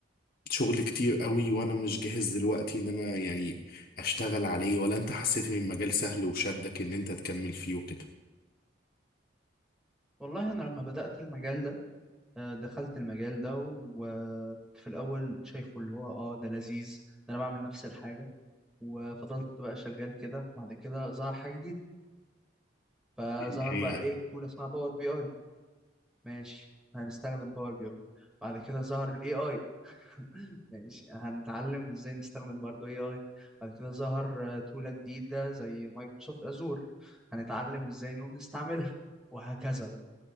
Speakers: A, on the left; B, in the centre.
A: شغل كتير قوي وانا مش جاهز دلوقتي ان انا يعني اشتغل عليه ولا انت حسيت ان المجال سهل وشدك ان انت تكمل فيه وكده
B: والله أنا لما بدأت المجال ده آه، دخلت المجال ده وكنت في الأول شايفه اللي هو اه ده لذيذ ده أنا بعمل نفس الحاجة وفضلت بقى شغال كده بعد كده ظهر حاجة جديدة فظهر
A: اللي هي
B: بقى
A: ايه
B: ايه تول اسمها باور بي اي ماشي هنستخدم باور بي اي بعد كده ظهر الاي اي <laughs> ماشي هنتعلم ازاي نستخدم برضو اي اي بعد كده ظهر آه، تولة جديدة زي مايكروسوفت ازور هنتعلم ازاي نقوم نستعملها وهكذا بقى